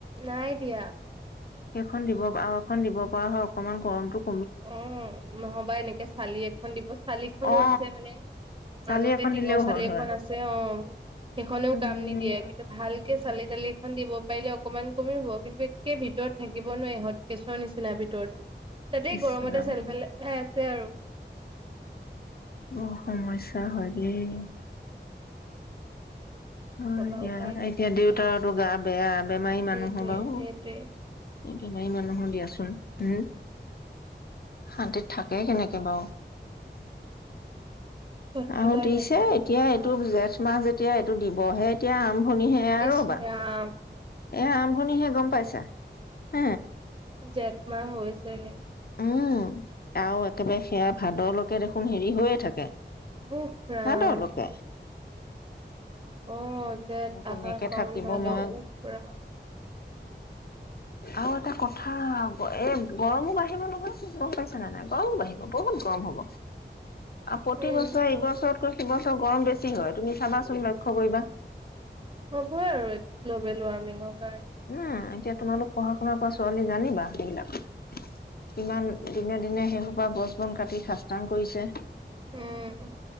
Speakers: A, on the right; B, on the left.
A: নাই দিয়া
B: সেইখন দিব আৰু এখন দিব পৰা হয় অকনমান গৰমতটো
A: অ' নহবা এনেকে চালি এখন দিব, চালিখনো
B: অ
A: আছে মানে, মাজতে
B: চালি এখন
A: টিঙৰ
B: দিলেও
A: চালি
B: হ'ল
A: এখন
B: হয়
A: আছে অ সেইখনেও
B: উম
A: কাম নিদিয়ে, কিন্তু ভালকে চালি তালি খন দিব পাৰিলে অকমান কমি হব, কিন্তু একে ভিতৰত থাকিব নোৱাৰি সত কেচৰ নিচিনা ভিতৰতো। তাতেই
B: ইছৰাম
A: গৰমতে চেলফেল আছে আৰু।
B: অ সমস্যা হয় দেই।
A: কি
B: হয়
A: কবা
B: এতিয়া।
A: উপায় নাই
B: এতিয়া দেউতাৰতো গা বেয়া, বেমাৰী মানুহ
A: সেইটোৱে
B: বাৰু।
A: সেইটোৱে।
B: বেমাৰী মানুহো দিয়াচোন, উম? শান্তিত থাকেই কেনেকে বাৰু?
A: চট পটাই
B: আহ দিইছে
A: তেনে
B: এতিয়া টো জেঠ মাহ যেতিয়া এইটো দিবহে এতিয়া, আম আৰম্ভণিহে আৰুবা,
A: ইছ ৰাম
B: এয়া আৰম্ভণিহে গম পাইছা? হ,
A: জেঠ মাহ হৈছেহে
B: উম, আৰু একেবাৰে সেয়া ভাদৰলৈকে দেখোন হেৰি হৈয়ে থাকে।
A: উফৰাম।
B: ভাদৰলৈকে
A: অ জেঠ,
B: কেনেকে
A: আহাৰ, সাওন,
B: থাকিব
A: ভাদৰ
B: মই
A: উফ।
B: আৰু এটা কথা এ গৰমো বাঢ়িব নহয়, গম পাইছে নে নাই? গৰমো বাঢ়িব, বহুত গৰম হব। আৰু প্ৰতি
A: উম
B: বছৰ এইবছৰ ছ বছৰ গৰম বেছি হয়, তুমি চাবাচোন, লক্ষ্য কৰিবা
A: হ'বে আৰু গ্ল'বেল ৱাৰ্মিঙক কাৰণ।
B: উম, এতিয়া তোমালোক পঢ়া শুনাৰ কৰা ছোৱালী জানিবা সেইবিলাক। কিমান দিনে-দিনে সেইহুপা গছ বন কাটি খ কৰিছে।
A: উম